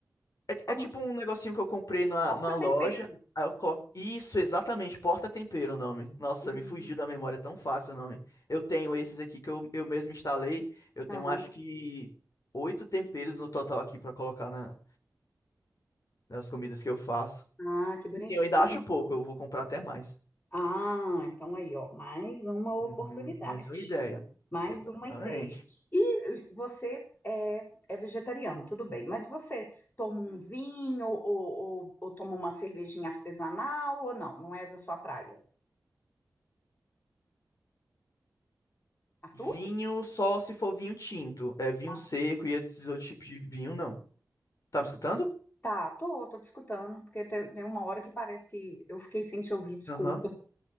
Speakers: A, on the left; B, on the left.
A: algum-
B: É, é tipo um negocinho que eu comprei numa,
A: torta
B: numa loja.
A: tempero.
B: Aí eu coloco. Isso, exatamente. Porta-tempero o nome. Nossa,
A: Hum,
B: me fugiu da memória é tão fácil o nome. Eu tenho esses aqui que eu, eu mesmo instalei. Eu tenho
A: aham.
B: acho que oito temperos no total aqui pra colocar na- nas comidas que eu faço.
A: Ah, que bonitinho.
B: Assim, eu ainda
A: Então,
B: acho pouco, eu vou comprar até mais.
A: ah, então aí, ó, mais uma oportunidade,
B: Uhum, mais uma ideia.
A: mais
B: Exatamente.
A: uma ideia. E eh, você é, é vegetariano, tudo bem, mas você toma um vinho ou, ou, ou toma uma cervejinha artesanal ou não? Não é da sua praia, Arthur?
B: Vinho só se for vinho tinto. É vinho
A: Ah,
B: seco
A: sim.
B: e esses outros tipos de vinho, não. Tá me escutando?
A: Tá, tô, tô te escutando, porque te- tem uma hora que parece que eu fiquei sem te ouvir, desculpa.
B: Aham. <laughs>